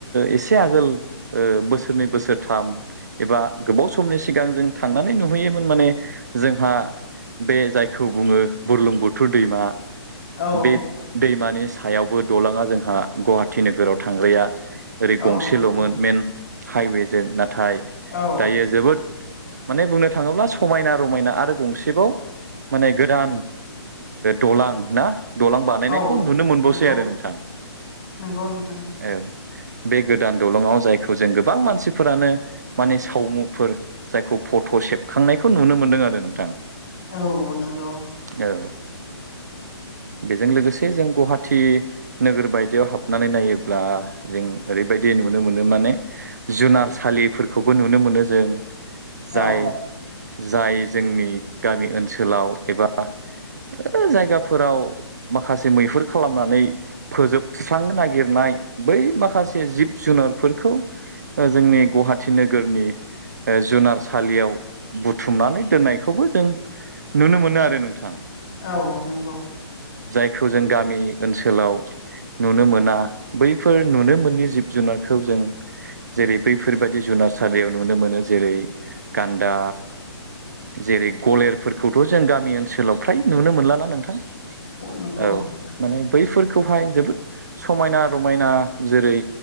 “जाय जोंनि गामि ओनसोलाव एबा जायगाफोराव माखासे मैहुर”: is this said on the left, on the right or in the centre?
Right